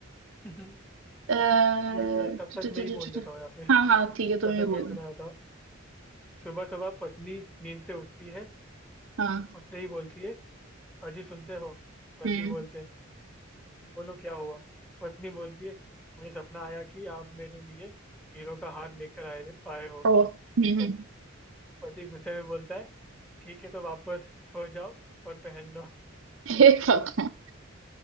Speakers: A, in the centre; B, on the right (about 65°).
A: ठीक
B: अ, टु-
A: है तब तक
B: टु- टु-
A: मैं ही
B: टु-
A: बोल
B: टु-
A: देता
B: टु-
A: हूँ या फिर
B: हाँ हाँ ठीक है तुम
A: या फिर
B: ये
A: मैं
B: बोलो
A: ही सुना देता हूँ सुबह सुबह पत्नी नींद से उठती है
B: हाँ
A: उठते ही बोलती है अजी सुनते हो पति
B: हम्म
A: बोलते बोलो क्या हुआ पत्नी बोलती है मुझे सपना आया कि आप मेरे लिए हीरो का हार लेकर आए आए हो
B: ओ हम्म हम्म।
A: पति पति गुस्से में बोलता है ठीक है तो वापस सो जाओ और पहन लो <laughs>
B: हे भगवान